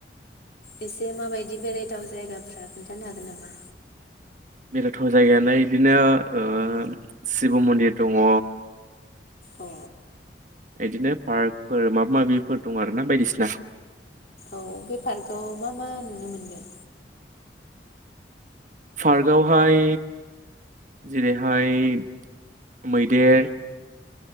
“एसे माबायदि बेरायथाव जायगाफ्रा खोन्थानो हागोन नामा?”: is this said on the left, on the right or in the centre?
Left